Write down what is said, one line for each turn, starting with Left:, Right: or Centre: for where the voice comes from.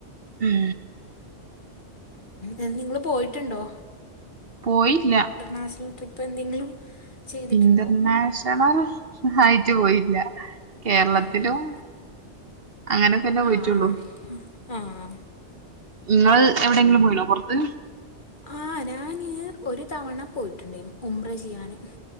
Right: ഉം
Left: യ നിങ്ങള് പോയിട്ടുണ്ടോ
Right: പോയില്ല
Left: നാഷണൽ ട്രിപ്പ് എന്തെങ്കിലും ചെയ്തിട്ടുണ്ടോ
Right: ഇന്റർനാഷണൽ ആയിട്ട് പോയില്ല കേരളത്തിലും
Left: ആ
Right: അങ്ങനെ ക്കെന്നെ പോയിട്ടുള്ളൂ
Left: ആഹ് ആഹ്
Right: നിങ്ങൾ എവിടെയെങ്കിലും പോയി ണോ പുറത്ത്
Left: ആഹ് ഞാന് ഒരു തവണ പോയിട്ടുണ്ടേ ഉബ്ര ചെയ്യാന്